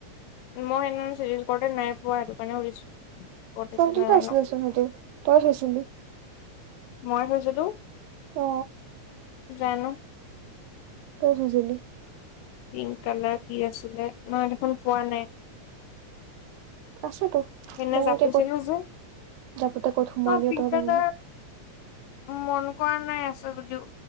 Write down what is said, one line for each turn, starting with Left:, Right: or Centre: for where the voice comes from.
Left: মই সেইদিনা চিৰি কৰোতে নাই পোৱা সেইটো কাৰণে সুধিছো। ক'ত
Right: চন্তুতে
Left: আছে নাজানো
Right: আছিলে চোন সেইতো, তই থৈছিলি।
Left: মই থৈছিলো,
Right: অ
Left: জানো!
Right: ত‌ই থৈছিলি।
Left: পিংক কালাৰ কি আছিলে, মই দেখোন পোৱা নাই।
Right: আছেতো।
Left: সেইদিনা
Right: জানো
Left: জাপিছিলো
Right: এতিয়া ক'ত
Left: যে,
Right: জাপোতে ক'ত সোমোৱালি
Left: অ পিংক
Right: তই
Left: কালাৰ
Right: জানিবি
Left: মন কৰা নাই আছে যদিও,